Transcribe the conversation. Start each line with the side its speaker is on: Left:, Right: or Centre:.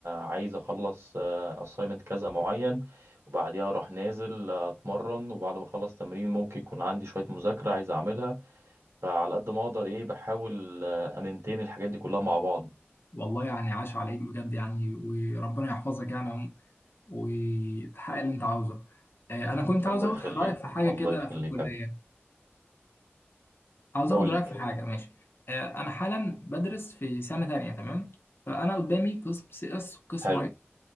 Right: عايز اخلص اسايمنت كذا معين وبعديها اروح نازل آه، اتمرن وبعد ما اخلص تمرين ممكن يكون عندي شويه مذاكره عايز اعملها فعلى قد ما اقدر ايه بحاول آه، امنتين الحاجات دي كلها مع بعض
Left: والله يعني عاش عليك بجد يعني وربنا يحفظك يعني عم- وتحقق اللي أنت عاوزه آه، أنا كنت
Right: الله
Left: عاوز آخد
Right: يخليك
Left: رأيك في حاجة
Right: الله
Left: كده
Right: يخليك
Left: في الكلية
Right: يا حبيبي
Left: عاوز
Right: قول
Left: آخد رأيك
Right: لي
Left: في حاجة ماشي آه، أنا حالا بدرس في سنة تانية تمام فأنا قدامي قسم سي إس وقسم
Right: حلو
Left: أي